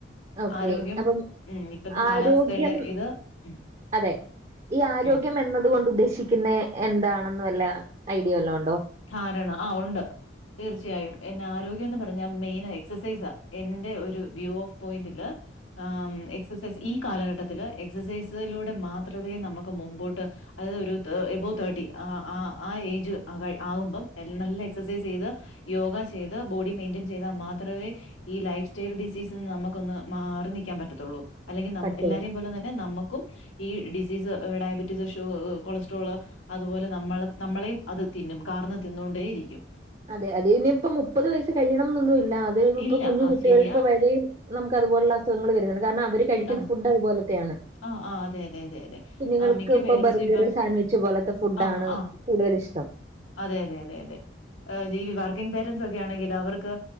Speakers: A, on the right; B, on the left.
A: ഓക്കെ
B: ആരോഗ്യം
A: അപ്പം
B: ഉം, ഇപ്പത്തെ
A: ആരോഗ്യം
B: കാലാവസ്ഥയുടെ ഇത് ഉം,
A: അതെ ഈ ആരോഗ്യം
B: ഉം.
A: എന്നത് കൊണ്ട് ഉദ്ദേശിക്കുന്ന എന്താണെന്ന് വല്ല ഐഡിയ വല്ല ഉണ്ടോ
B: ധാരണ ആഹ് ഉണ്ട് തീർച്ചയായും എന്റെ ആരോഗ്യന്ന് പറഞ്ഞ മെയിൻ എക്സസൈസ് എന്റെ ഒരു വ്യൂ ഓഫ് പോയിന്റില് ആഹ് എക്സസൈസ് ഈ കാലഘട്ടത്തിൽ എക്സസൈസിലൂടെ മാത്രമേ നമുക്ക് മുമ്പോട്ട് അതായത് ഒരു എബോ തേർട്ടി ആഹ് ആഹ് ആഹ് ഏജ് ആഹ് ആകുമ്പം നല്ല എക്സസൈസ് ചെയ്ത് യോഗ ചെയ്ത് ബോഡി മെയിന്റ്റെയിൻ ചെയ്ത മാത്രമേ ഈ ലൈഫ് സ്റ്റൈൽ ഡിസീസ്ന്ന് നമുക്കൊന്ന് മാറി നിൽക്കാൻ പറ്റത്തുള്ളൂ അല്ലെങ്കിൽ ന
A: പറ്റുള്ളൂ
B: എല്ലാരേ പോലെ തന്നെ നമ്മുക്കും ഈ ഡിസീസ് ഡയബറ്റീസ് ഷു കൊളസ്ട്രോള് അതുപോലെ നമ്മൾ നമ്മളെയും അത് തിന്നും കാരന്ന് തിന്നോണ്ടേയിരിക്കും
A: അതെ അത ഇനിയിപ്പ മുപ്പത് വയസ്സ് കഴിയണം എന്നൊന്നുമല്ല അതി ഇപ്പൊ
B: ഇല്ല
A: കുഞ്ഞു
B: ആ
A: കുട്ടികൾക്ക്
B: ശരിയാ
A: വരും നമുക്ക് അതുപോലുള്ള അസുഖങ്ങള് വരുന്നുണ്ട് കാരണം അവര് കഴിക്കുന്ന
B: ആ
A: ഫുഡ് അതുപോലത്തെയാണ്
B: ആ ആ അതെ അതെ അതെ അതെ
A: കുഞ്ഞുങ്ങൾക്ക്
B: ആ മിക്ക
A: ഇപ്പൊ
B: പേരൻറ്സും
A: ബർഗർ
B: ഇപ്പം
A: സാൻവിച്ച് പോലത്തെ ഫുഡാണ്
B: ആ ആ
A: കൂടുതൽ ഇഷ്ടം
B: അതെ അതെ അതെ അതെ ഏഹ് ജീവി വർക്കിങ് പേരൻ്റ്സ് ഒക്കെ ആണെങ്കിൽ അവർക്ക്